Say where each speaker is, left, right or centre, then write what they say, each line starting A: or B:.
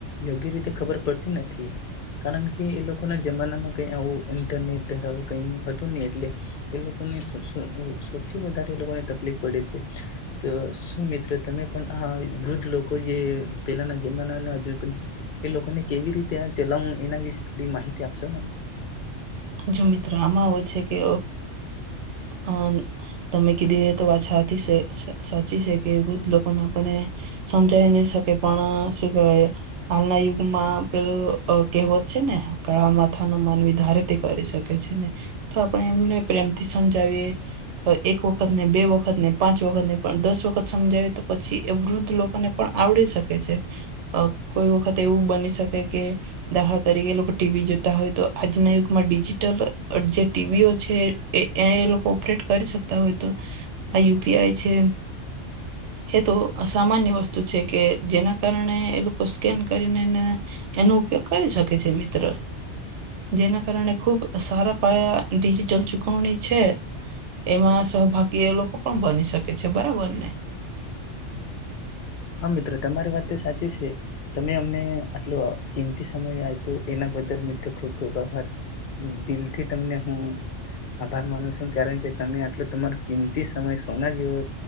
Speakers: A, on the left; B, on the right.
A: યોગ્ય રીતે ખબર પડતી નથી. કારણ કે એ લોકોને જમાનામાં કય આવું ઇન્ટરનેટ ધરાવ કઈ હતું નહી એટલે એ લોકોને સો સો સૌથી વધારે એ લોકોને તકલીફ પડે છે. તો શું મિત્ર તમે પણ આ વૃદ્ધ લોકો જે પહેલાના જમાના હજુ એ લોકોને કેવી રીતે ચલાવ એના વિશે થોડી માહિતી આપશો મને!
B: જો મિત્રો આમાં હો છે કે હ તમે કીધી તો વાત સાચી છે. સાચી છે કે વૃદ્ધ લોકોને આપણે સમજાવી નહી શકે પણ શું કેહેવાય હાલના યુગમાં પેલું કહેવત છે ને કાળા માથા નો માનવી ધારે કરી શકે છે ને તો આપણે એમને પ્રેમથી સમજાવીએ એક વખત ને, બે વખત ને, પાંચ વખત ને, પણ દસ વખત સમજાવીએ તો પછી એ વૃદ્ધ લોકોને પણ આવડી શકે છે. કોઈ વખત અ એવું બની શકે કે દાખલા તરીકે લોકો ટીવી જોતા હોય તો આજના યુગ માં ડિજિટલ જેટ ટીવીઓ છે, એ લોકો ઓપરેટ કરી શકતા હોય તો આ યુપીઆઈ છે. એ તો સામાન્ય વસ્તુ છે. કે જેના કારણે એ લોકો સ્કેન કરીનેને એનો ઉપયોગ કરી શકે છે. મિત્ર જેના કારણે ખુબ સારા પાયા ડિજિટલ ચુકવણી છે, એમાં સહભાગી એ લોકો પણ બની શકે છે બરાબર ને!
A: હા મિત્રો તમારી વાત તે સાચી છે. તમે અમને કિમતી સમય આપો એના બદલ મિત્રો ખૂબ ખૂબ આભાર. દિલ થી તમને હું આભાર માનું છું કારણ કે તમે આટલો તમારો કિંમતી સમય સોના જેવો